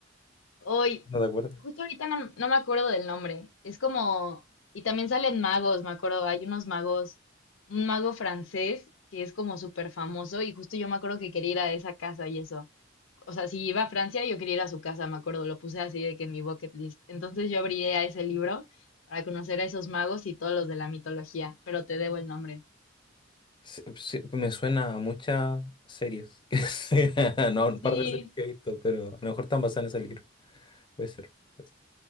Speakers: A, on the left; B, on the left.
A: Hoy,
B: No te acuerdas.
A: justo ahorita no, no me acuerdo del nombre. Es como, y también salen magos, me acuerdo, hay unos magos, un mago francés que es como súper famoso y justo yo me acuerdo que quería ir a esa casa y eso. O sea, si iba a Francia, yo quería ir a su casa, me acuerdo, lo puse así de que en mi bucket list. Entonces yo abrí a ese libro para conocer a esos magos y todos los de la mitología, pero te debo el nombre.
B: Se- se- me suena a muchas series. <laughs> que se- No, un par
A: Sí,
B: de series que he visto, pero a lo mejor están basadas en ese libro. Puede ser. pues.